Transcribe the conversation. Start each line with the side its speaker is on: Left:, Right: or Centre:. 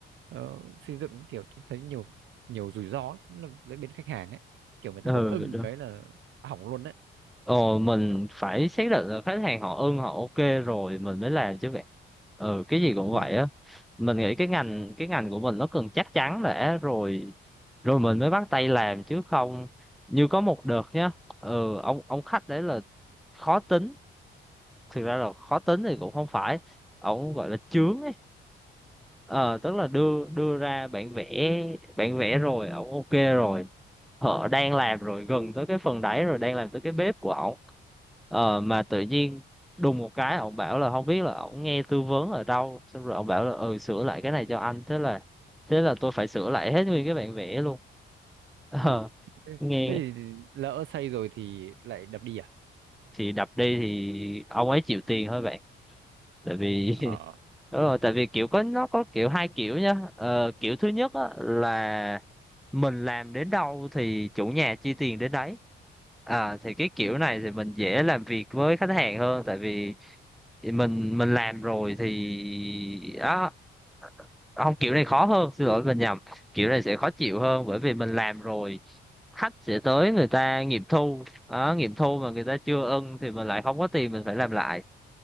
Right: ờ, xây dựng kiểu tôi thấy nhiều nhiều rủi ro lắm, là với bên khách hàng ấy kiểu người ta
Centre: ừ
Right: không ưng
Centre: đúng.
Right: cái là hỏng luôn đấy
Centre: Ờ, mình phải xác định là khách hàng họ ưng họ ok rồi mình mới làm chứ bạn ừ cái gì cũng
Right: Ờ,
Centre: vậy á mình nghĩ cái ngành cái ngành của mình nó cần chắc chắn đã rồi rồi mình mới bắt tay làm chứ không như có một đợt nhá ừ ông ông khách đấy là khó tính thực ra là khó tính thì cũng không phải ổng gọi là chướng ấy ờ tức là đưa đưa ra bản vẽ bản vẽ rồi ổng ok rồi họ đang làm rồi gần tới cái phần đáy rồi đang làm tới cái bếp của ổng ờ mà tự nhiên đùng một cái ổng bảo là không biết là ổng nghe tư vấn ở đâu xong rồi ổng bảo là ừ sửa lại cái này cho anh thế là thế là tôi phải sửa lại hết nguyên cái bản vẽ luôn ờ
Right: Ồ, thế
Centre: nghe
Right: thế thì thì lỡ xây rồi thì lại đập đi à?
Centre: thì đập đi thì ông ấy chịu tiền thôi bạn tại vì
Right: Ờ.
Centre: <laughs> Đúng rồi, tại vì kiểu có nó có kiểu hai kiểu nhá. Ờ, kiểu thứ nhất á, là mình làm đến đâu thì chủ nhà chi tiền đến đấy. À, thì cái kiểu
Right: Ờ.
Centre: này thì mình dễ làm việc với khách hàng hơn tại vì mình mình làm rồi thì đó không kiểu này khó hơn xin lỗi mình nhầm kiểu này sẽ khó chịu hơn bởi vì mình làm rồi khách sẽ tới người ta nghiệm thu đó, nghiệm thu mà người ta chưa ưng thì mình lại không có tiền mình phải làm lại